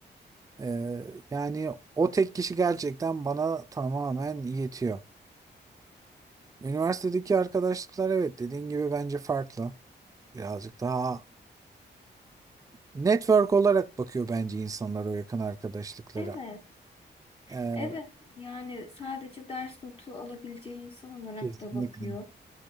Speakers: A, on the right; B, on the left.
A: Ee, yani o tek kişi gerçekten bana tamamen yetiyor. Üniversitedeki arkadaşlıklar evet dediğin gibi bence farklı. Birazcık daha Network olarak bakıyor bence insanlar o yakın arkadaşlıklara.
B: Evet.
A: Ee,
B: Evet, yani sadece ders notu alabileceği insan olarak
A: kesinlikle.
B: da bakıyor.